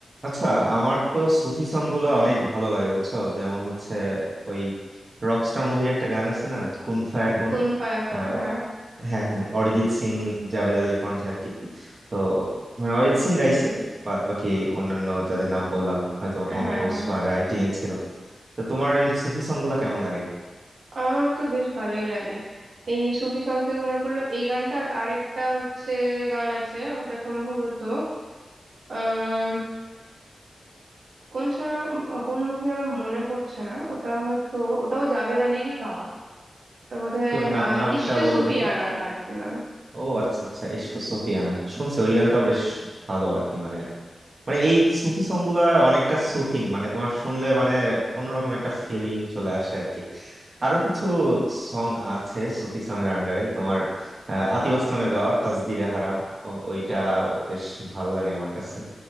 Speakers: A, on the right; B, on the right.
A: আচ্ছা আমার তো সুফি সং গুলা অনেক ভালো লাগে বুঝছো যেমন হচ্ছে ওই রকস্টার মুভির একটা গান আছে না কুন ফায়া কুন
B: কোন ফায়াকুন
A: আহ,
B: হ্যাঁ
A: হ্যাঁ হ্যাঁ অরিজিৎ সিং জাভেদ আলীর কণ্ঠে আর কি তো মানে অরিজিৎ সিং গাইছে বাদ বাকি অন্যান্য যাদের নাম বললাম হয়তো কম্পোজ
B: হ্যাঁ হ্যাঁ
A: বা রাইটিং এ ছিল তো তোমার এমনি সুফি সং গুলা কেমন লাগে
B: আমার তো বেশ ভালোই লাগে এই সুফি সং থেকে মনে পড়লো এই গানটা আর আরেকটা হচ্ছে গান আছে ওটা সম্ভবত আহ কোন সিনেমা কোন মুভির আমার মনে পড়ছে না ওটা হয়তো ওটাও জাভেদ আলিরই গাওয়া ওটা বোধহয়
A: তো না-
B: আহ
A: নামটা
B: ইশকে
A: বলো
B: সুফিয়ানা
A: দেখি
B: গানটার নাম
A: ও আচ্ছা আচ্ছা ইশক সুফিয়ানা শুনছি ওই গানটাও বেশ ভালো আর কি মানে মানে এই সুফি সং গুলা অনেকটা সুথিং মানে তোমার শুনলে মানে অন্যরকম একটা ফিলিং চলে আসে আর কি আরো কিছু সং আছে সুফি সং এর আন্ডারে তোমার আহ, আতিফ আসলামের গাওয়া তাজদিরে হারাম ও- ওইটা বেশ ভাল লাগে আমার কাছে